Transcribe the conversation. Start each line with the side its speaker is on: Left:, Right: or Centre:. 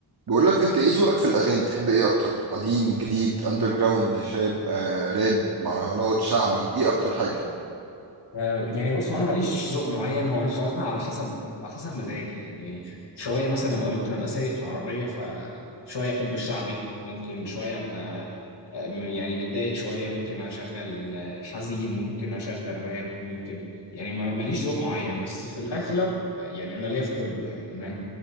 Right: بقول لك انت ايه ذوقك في الاغاني تحب ايه اكتر قديم جديد اندر جراوند شاب آه، راب مهرجانات شعبي ايه اكتر حاجه
Left: آه، يعني بص هو انا ماليش ذوق معين هو انا بصراحه على حسب على حسب مزاجي يعني شويه مثلا ابقى ممكن ابقى سايق في العربيه فشويه احب الشعبي ممكن شويه ابقى آه، يعني متضايق شويه ممكن اشغل آه، حزين ممكن اشغل راب ممكن يعني ما- ماليش ذوق معين بس في الاغلب آه، يعني انا ليا في كله يعني انا